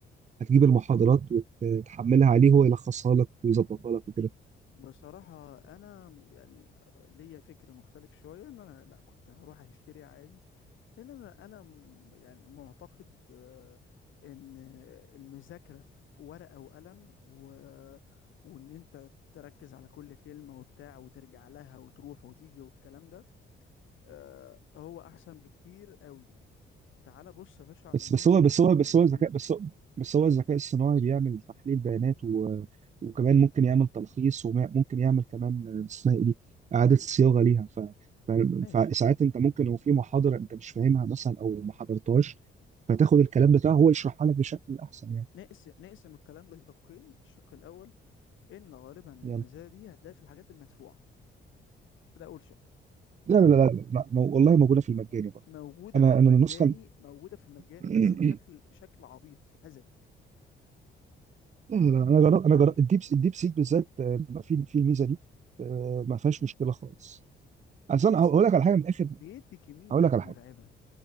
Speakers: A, on the right; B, on the left.
A: هتجيب المحاضرات وتحملها عليه هو يلخصها لك ويظبطها لك وكده
B: بصراحة أنا يعني ليا فكر مختلف شوية إن أنا لأ كنت هروح أشتري عادي لأن أنا أنا م- يعني معتقد آه، إن المذاكرة في ورقة وقلم و... وإن أنت تركز على كل كلمة وبتاع وترجع لها وتروح وتيجي والكلام ده آه، هو أحسن بكتير قوي تعال بص يا باشا على
A: بس
B: الناس
A: بس هو
B: اللي
A: بس
B: شغالين
A: هو بس هو الذكاء بس هو بس هو الذكاء الصناعي بيعمل تحليل بيانات و... وكمان ممكن يعمل تلخيص وممكن يعمل كمان اسمها ايه دي إعادة صياغة ليها ف... ف...
B: ماشي
A: فساعات انت ممكن لو في محاضرة انت مش فاهمها مثلا او ما حضرتهاش فتاخد الكلام بتاعه هو يشرحها لك بشكل احسن يعني
B: نقسم نقسم الكلام لشقين الشق الأول ان غالبا
A: يلا
B: المزايا دي هتلاقي في الحاجات المدفوعه ده اول شق
A: لا لا لا, لا, لا مو- والله موجودة في المجاني برضه
B: موجوده
A: انا
B: في المجاني
A: انا النسخة ال-
B: موجوده في المجاني
A: <clears throat>
B: بس بشكل شكل عبيط هزلي
A: لا لا لا، انا جربت
B: يعني
A: انا جربت الديب الديب سيك بالذات آه، في في الميزة دي آه، ما فيهاش مشكلة خالص اصل
B: الديب
A: انا
B: سيك
A: هقول لك على حاجه من الاخر
B: بيدي كميه داتا
A: اقول لك على
B: مرعبه
A: حاجه